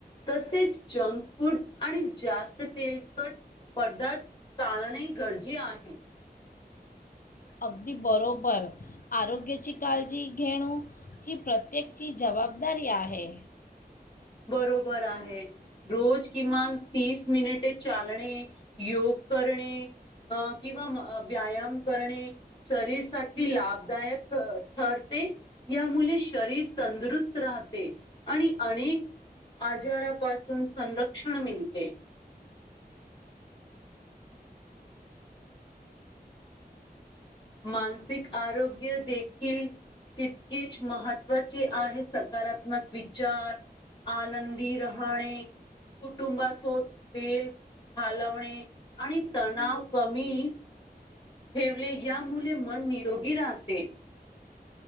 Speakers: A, on the left; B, on the left.
A: तसेच जंक फूड आणि जास्त तेलकट पदार्थ टाळणे गरजे आहे
B: अगदी बरोबर आरोग्याची काळजी घेणं ही प्रत्येकची जबाबदारी आहे
A: बरोबर रोज किमान तीस मिनट चालणे योग करणे अ किंवा व्यायाम करणे शरीरसाठी लाभदायक ठरते यामुळे शरीर तंदुरुस्त राहते आणि अनेक आजारापासून संरक्षण मिळते मानसिक आरोग्य देखील तितकेच महत्वाचे आहे सकारात्मक विचार आनंदी राहणे कुटुंबासोत बल घालवणे आणि तणाव कमी ठेवले या मुले मन निरोगी राहते